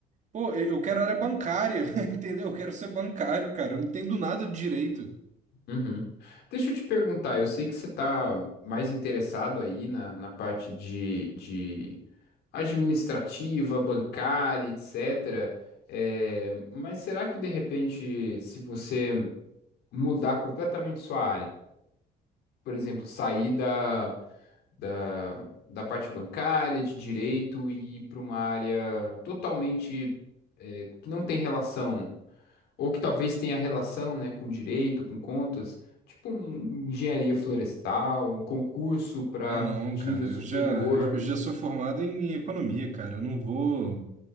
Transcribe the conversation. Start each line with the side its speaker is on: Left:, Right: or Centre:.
Right: Pô, eu eu quero área bancária, <laughs> entendeu? Eu quero ser bancário, cara. Eu não entendo nada de direito.
Left: Uhum. Deixa eu te perguntar, eu sei que você está mais interessado aí na, na parte de, de administrativa, bancária, etcétera É, mas será que de repente, se você mudar completamente sua área, por exemplo, sair da, da, da parte bancária, de direito e ir para uma área totalmente, é, que não tem relação. Ou que talvez tenha relação, né, com direito, com contas, tipo um engenharia florestal, um concurso para
Right: Ah, não,
Left: de
Right: cara,
Left: nível
Right: eu
Left: superior.
Right: já, eu eu já sou formado em economia, cara. Eu não vou,